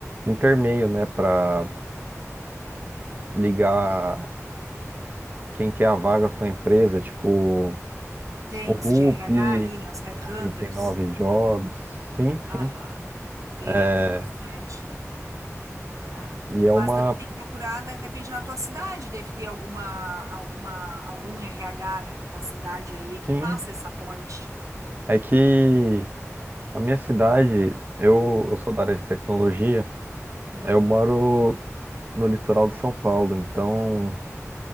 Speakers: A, on the right (about 35°); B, on the right (about 85°).
A: intermeio, né, para ligar quem quer a vaga com a empresa, tipo
B: Tem
A: o Rupi,
B: os de RH ali, né, os Headhunters.
A: o 99 Jobs, sim,
B: Aham.
A: sim.
B: Tem,
A: É,
B: tem bastante. É.
A: e é
B: Mas
A: uma,
B: também tem que procurar, de repente, na tua cidade, deve ter alguma, alguma, algum RH, né, da tua cidade aí que
A: sim,
B: faça essa ponte.
A: é que a minha cidade, eu, eu sou da área de tecnologia,
B: Uhum.
A: eu moro no litoral de São Paulo, então